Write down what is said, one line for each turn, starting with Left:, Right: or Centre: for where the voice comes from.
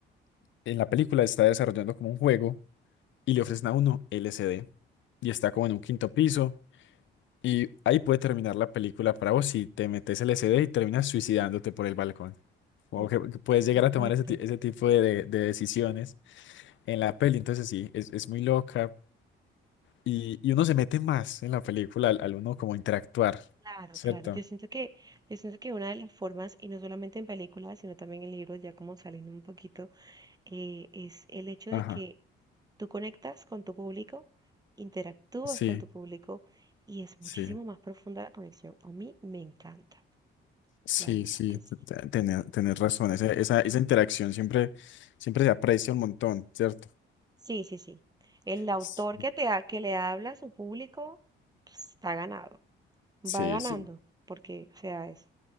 Left: en la película está desarrollando como un juego y le ofrecen a uno L S D y está como en un quinto piso y ahí puede terminar la película para vos si te metes L S D y terminas suicidándote por el balcón. O
Right: Uf,
Left: que, que puedes llegar
Right: qué
Left: a tomar
Right: fuerte.
Left: ese, ti- ese tipo de, de- de decisiones en la peli. Entonces sí, es, es muy loca. Y, y uno se mete más en la película al, al uno como interactuar,
Right: Claro,
Left: ¿cierto?
Right: claro. Yo siento que, yo siento que una de las formas, y no solamente en películas, sino también en libros, ya como saliendo un poquito, eh, es el hecho
Left: Ajá.
Right: de que tú conectas con tu público, interactúas
Left: Sí,
Right: con tu público, y es
Left: sí,
Right: muchísimo más profunda la conexión. A mí me encanta,
Left: sí,
Right: la verdad
Left: sí,
Right: que
Left: te-
Right: sí.
Left: te- tener- tenés razón. Esa, esa, esa interacción siempre, siempre se aprecia un montón, ¿cierto?
Right: Sí, sí, sí. El autor
Left: Sí,
Right: que te ha- que le habla a su público, pues, está ganado,
Left: sí.
Right: va ganando,
Left: sí.
Right: porque, o sea, es